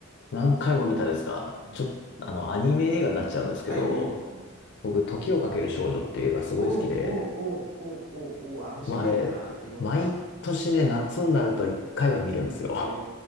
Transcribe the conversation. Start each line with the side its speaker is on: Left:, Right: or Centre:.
Left: 何回も見たですか。
Right: あるんですけど。うん。
Left: ちょっと、あの、アニメ映画になっちゃうんですけど、
Right: あ、いいよいいよ。うん。
Left: 僕、時をかける少女っていう映画すごい好きで、
Right: おうおうおうおうおうおう、あのシリーズはいろんな、
Left: まあ、あれ、毎年ね、夏になると一回は見るんですよ。
Right: え